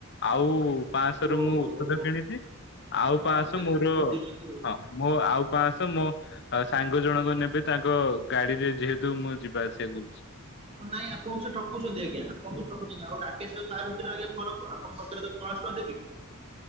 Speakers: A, on the left (about 50°); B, on the right (about 25°).
A: ଆଉ। ପାଁଆଁଶରୁ
B: ଓହୋ
A: ମୁଁ ଔଷଧ କିଣିଚି।
B: ଆପଣ
A: ଆଉ ପାଁଆଁଶ
B: ଟିକେ ଭୁଲ
A: ମୋର
B: କରିଦେଇଛନ୍ତି ଆଉ।
A: ହଁ ମୋ ଆଉ ପାଁଆଁଶ ମୋ ଆ ସାଙ୍ଗ ଜଣଙ୍କ ନେବେ ତାଙ୍କ ଗାଡିରେ ଯେହେତୁ ମୁଁ ଯିବା ଆସିବା କରୁଚି।
B: ଓ ନାଇଁ ଆପଣଙ୍କୁ ସେ ଠକୁଚନ୍ତି ଆଜ୍ଞା। ଆପଣଙ୍କୁ ଠକୁଚନ୍ତି ଆଉ ରାକେଶ ତା ଭିତରେ ଫରକ କଣ। ଆପଣ ସତରେ ତାକୁ ପାଁଆଁଶ ଦେବ ଉଁ ହୁଁ